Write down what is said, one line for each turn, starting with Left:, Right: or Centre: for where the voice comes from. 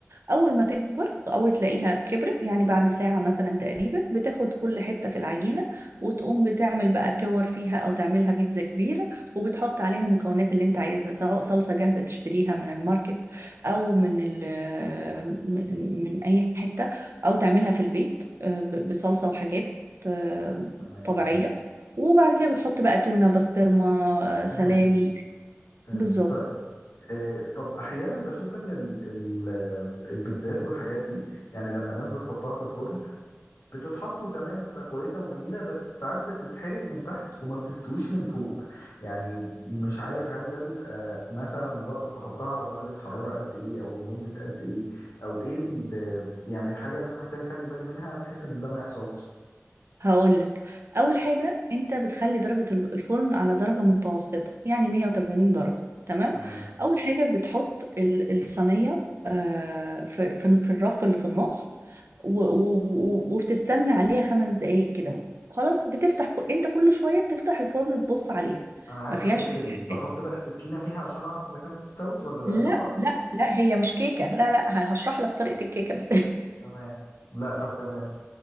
Right: أول ما تكبر أول تلاقيها كبرت يعني بعد ساعة مثلا تقريبا بتاخد كل حتة في العجينة وتقوم بتعمل بقى كور فيها أو تعملها بيتزا كبيرة وبتحط عليها المكونات اللي أنت عايزها سواء صلصة جاهزة تشتريها من الماركت أو من ال من من أي حتة أو تعملها في البيت آه، ب- بصلصة وحاجات آه،
Left: تمام
Right: طبيعية وبعد كده بتحط بقى تونة بسطرمة آه، سلامي
Left: فهمت فهمت
Right: بالظبط
Left: طيب آه طب احيانا بشوف ان ال- ال- البيتزات والحاجات دي يعني لما الناس بتحطها في الفرن بتتحط وتمام بتبقى كويسة وجميلة بس ساعات بتتحرق من تحت وما بتستويش من فوق يعني مش عارف هل ده بيبقى مثلا ب- بحطها على درجة حرارة قد ايه او لمدة قد ايه او ايه ال- يعني الحاجة اللي انا محتاج اخلي بالي منها بحيث ان ده ما يحصلش
Right: هقولك اول حاجه انت بتخلي درجه ال- الفرن على درجه متوسطه يعني 180 درجه تمام
Left: تمام
Right: اول حاجه بتحط ال- الصينيه آه، في في في الرف اللي في النص و- و- و- وبتستنى عليها خمس دقايق كده اهو خلاص بتفتح ك- انت كل شويه بتفتح الفرن تبص عليها
Left: انا عارف
Right: ما فيهاش
Left: الحتة
Right: اي
Left: دي بحط
Right: حاجه
Left: بقى السكينة فيها عشان اعرف اذا كانت استوت ولا لا
Right: لا
Left: صح
Right: لا لا هي مش كيكه لا لا هشرح لك طريقه الكيكه بس <laughs> <laughs>
Left: تمام لا طب كمل